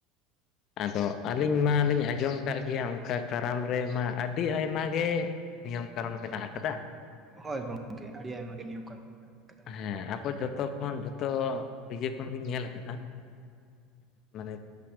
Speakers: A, on the left (about 50°); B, on the right (about 20°).
A: ᱟᱫᱚ ᱟᱹᱞᱤᱧ ᱢᱟᱞᱤᱧ ᱟᱸᱡᱚᱢ ᱠᱟᱜ ᱜᱮᱭᱟ ᱚᱱᱠᱟ ᱠᱟᱨᱟᱢ ᱨᱮᱢᱟ ᱟᱹᱰᱤ ᱟᱭᱢᱟ ᱜᱮ ᱱᱤᱭᱚᱢ ᱠᱟᱨᱚᱱ ᱢᱮᱱᱟᱜ ᱟᱠᱟᱫᱟ᱾
B: ᱦᱳᱭ ᱜᱚᱝᱠᱮ ᱟᱹᱰᱤ ᱟᱭᱢᱟᱟᱜ ᱱᱤᱭ ᱠᱚ ᱢᱮᱱᱟᱜ ᱟᱠᱟᱫᱟ᱾
A: ᱦᱮᱸ ᱟᱵᱚ ᱡᱚᱛᱚ ᱠᱷᱚᱱ ᱡᱚᱛᱚ ᱤᱡᱤᱭᱟᱹ ᱠᱷᱚᱱ ᱜᱤᱧ ᱧᱮᱞ ᱟᱠᱟᱫᱟ᱾ ᱢᱟᱱᱮ